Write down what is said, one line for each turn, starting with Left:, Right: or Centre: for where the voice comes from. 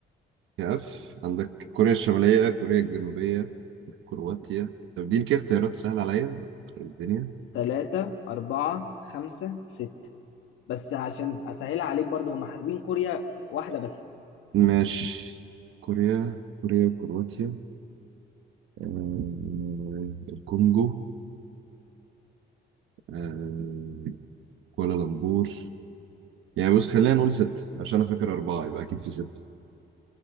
Right: كاف عندك كوريا الشمالية كوريا الجنوبية كرواتيا طب اديني كده اختيارات سهلة عليا أخرب الدنيا
Left: ثلاثة أربعة خمسة ستة بس عشان أسهلها عليك برضو هم حاسبين كوريا واحدة بس
Right: ماشي كوريا كوريا وكرواتيا آه... الكونجو آه... كوالالمبور يعني بص خلينا نقول ستة عشان أنا فاكر أربعة يبقى أكيد في ستة